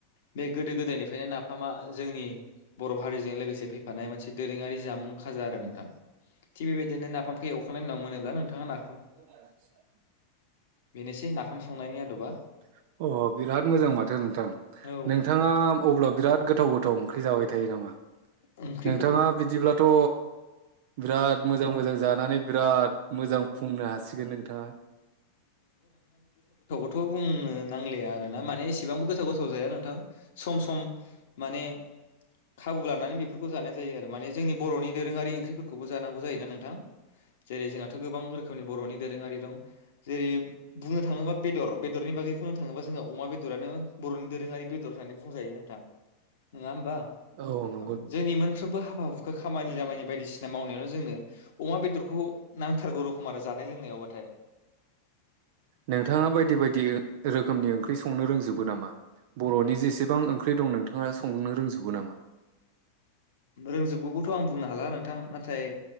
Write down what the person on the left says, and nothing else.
बे गोदो गोदायनिफ्रायनो नाफामा जोंनि बर' हारिजों लोगोसे फैफानाय मोनसे दोरोङारि जामुं खाजा आरो नोंथां। थिग बेबायदिनो नाफाम फै एवखांनायनि उनाव मोनोब्ला नोंथाङा ना
बेनोसै नाफाम संनायनि आदबा
औ
ओंख्रिखौ
थ' बुंनो नांलाया आरोना माने एसेबांबो गोथाव गोथाव जाया नोंथां सम सम माने खाबु ला नानै बेफोरखौ जानाय जायो आरो माने जोंनि बर'नि दोरोङारि ओंख्रिफोरखौबो जानांगौ जायोना नोंथां। जेरै जोंहाथ' गोबां रोखोमनि बर'नि दोरोङारि दं जेरै बुंनो थाङोबा बेदर बेदरनि बागै बुंनो थाङोबा जोंहा अमा बेदरानो बर'नि दोरोङारि बेदर होननानै बुंजायो नोंथां नङा होमबा?
औ जोंनि मोनफ्रोमबो हा हुखा खामानि दामानि बायदिसिना मावनायावनो जोङो <inaudible> औवा बेदरखौ नांथारगौ रखम आरो जानाय लोंनायावबाथाय।
रोंजोबगौगौथ' आं बुंनो हाला नोंथां नाथाय